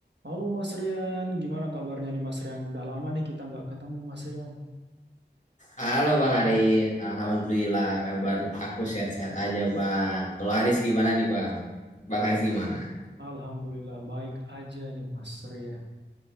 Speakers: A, on the right (about 75°); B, on the left (about 40°).
A: Halo Mas Rian, gimana kabarnya nih Mas Rian? Udah lama nih kita nggak ketemu Mas Rian.
B: Halo Bang Haris, Alhamdulillah kabar aku sehat-sehat aja Bang. Kalau Haris gimana nih Bang? Bang Haris gimana?
A: Alhamdulillah baik aja nih Mas Rian.